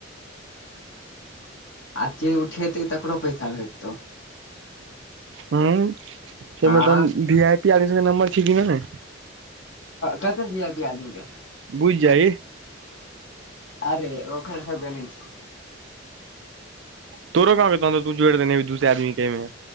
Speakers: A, on the left; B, on the right.
A: <inaudible> आ जे उठेतै तकरो पैसा भेटतौ
B: हू तमे
A: हँ
B: तन भी आई पी आदम सबके नम्बर छै कि ने
A: ककर वी आई पी आदमी के
B: बुझ जाहि
A: अरे ओखर सबके ने छैय
B: तोरो गाँव के तहन तू जड़ देने हेबही अी दूसे आदमी के ऐमें